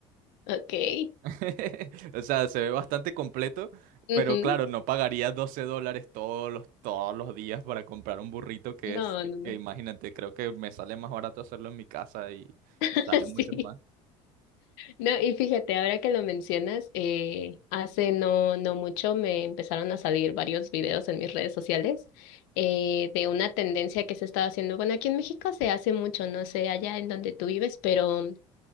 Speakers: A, on the left; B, on the right.
A: Ok.
B: <laughs> O sea, se ve bastante completo,
A: ujú.
B: pero claro, no pagaría 12 dólares todos los, todos los días para comprar un burrito que
A: No,
B: es,
A: no, no.
B: que imagínate, creo que me sale más barato hacerlo en mi casa y,
A: <laughs>
B: y sale mucho
A: Sí.
B: más.
A: No, y fíjate, ahora que lo mencionas, eh, hace no, no mucho me empezaron a salir varios videos en mis redes sociales eh, de una tendencia que se estaba haciendo. Bueno, aquí en México se hace mucho, no sé allá en donde tú vives, pero